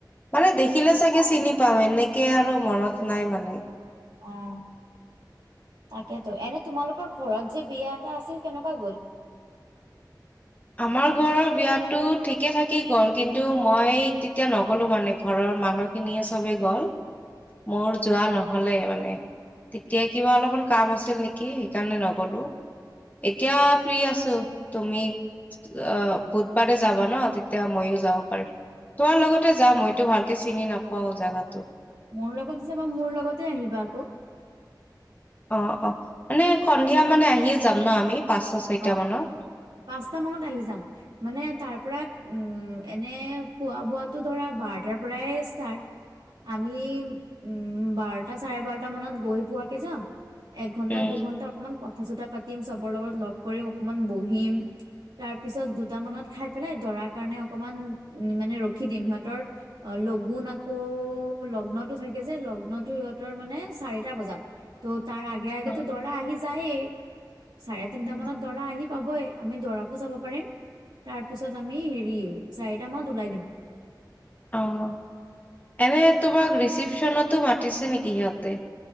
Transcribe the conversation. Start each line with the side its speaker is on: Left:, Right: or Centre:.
Left: মানে দেখিলে চাগে চিনি পাম এনেকে আৰু মনত নাই মানে।
Right: অ', তাকেতো এনে তোমালোকৰ ঘৰত যে বিয়া এটা আছিল কেনেকুৱা গ'ল?
Left: আমাৰ ঘৰৰ বিয়াটো ঠিকে থাকেই গ'ল কিন্তু মই তেতিয়া নগ'লো মানে ঘৰৰ মানুহ খিনিয়ে চবে গ'ল মোৰ যোৱা নহ'লে মানে। তেতিয়া কিবা অলপমান কাম আছিল নেকি সেইকাৰণে নগ'লো। এতিয়া ফ্ৰী আছো তুমি আ, বুধবাৰে যাবা ন' তেতিয়া ময়ো যাব পাৰিম। তোমাৰ লগতে যাম মইতো ভালকে চিনি নাপাও জাগাটো।
Right: মোৰ লগতে যাবা মোৰ লগতে আহিবা আকৌ।
Left: অ', অ', মানে সন্ধিয়া মানে আহিয়ে যাম ন' আমি পাঁচটা চয়টা
Right: অ
Left: মানত?
Right: পাঁচটা মানত আহি যাম। মানে তাৰ পৰা উম, এনে খোৱা বোৱাটো ধৰা বাৰটাৰ পৰাই ষ্টাৰ্ট। আমি উম, বাৰটা চাৰে বাৰটা মানত গৈ পোৱাকে যাম। একঘন্টা
Left: উম
Right: দুঘণ্টা অকমান কথা চথা পাতিম, চবৰ লগত লগ কৰিম, অকমান বহিম। তাৰ পিছত দুটা মানত খাই পেলাই দৰাৰ কাৰণে অকমান উম, মানে ৰখি দিম, সিহঁতৰ আ, লগুোন আকৌ লগ্নতো থাকে যে লগ্নতো সিহঁতৰ মানে চাৰিটা বজাত। ত' তাৰ আগে আগেতো
Left: অ
Right: দৰা আহি যায়ে, চাৰে তিনটা
Left: উম
Right: মানত দৰা আহি পাবই আমি দৰাকো চাব পাৰিম, তাৰ পিছত আমি হেৰি চাৰিটা মানত ওলাই দিম।
Left: অ', এনে তোমাক ৰিচিপচনতো মাতিছে নেকি সিহঁতে?